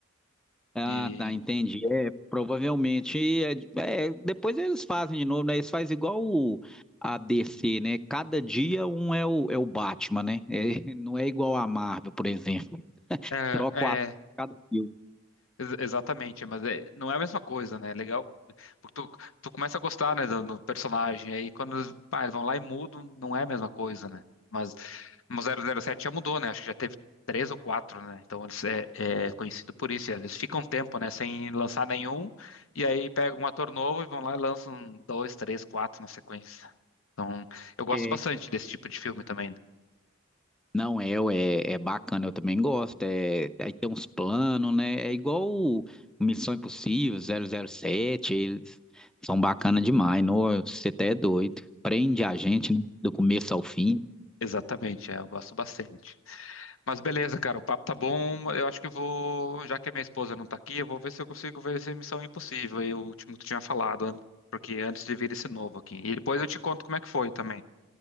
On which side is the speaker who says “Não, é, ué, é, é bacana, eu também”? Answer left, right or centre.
Centre